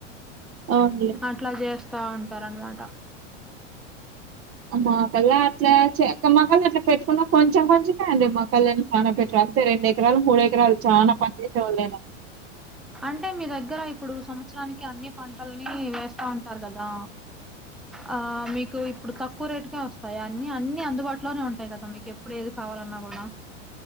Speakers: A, on the right; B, in the centre.
A: అవునులే.
B: అట్లా చేస్తా ఉంటారు అనమాట
A: మా కల్లా అట్లా చే మా కల్లా అట్లా పెట్టుకున్న కొంచెం కొంచెమే అండి. మా కల్లేమో చానా పెట్టరు. అంతే ఎకరాలు మూడు ఎకరాలు చాన పనిచేసేవాళ్ళు అయిన
B: అంటే మీ దగ్గర ఇప్పుడు సంవత్సరానికి అన్ని పన్ <unintelligible> వేస్తా ఉంటారు కదా ఆ మీకు ఇప్పుడు తక్కువ రేటుకే వస్తాయ అన్ని అన్ని అందుబాటులోనే ఉంటాయి కదా మీకు ఎప్పుడు ఏది కావాలన్నా కూడ